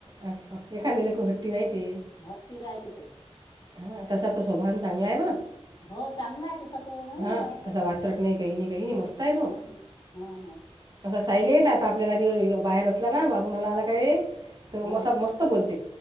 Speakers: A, on the right; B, on the left.
A: अ एखाद लेकरू हट्टी राह ते
B: हट्टी राहते तो.
A: हा तसा तो स्वभाान चांगला आहे बरं
B: हो चांगला आहे तसा तो मयूर
A: हा
B: आहे
A: तसा वाात्रट नाही काही नाही काही नाही मस्त आहे तो
B: हा हो हो
A: असं सायलेंट आता आपल्यालारी बाहेर असला ना बापणाला आला काय तर मग
B: हा
A: असा मस्त बोलते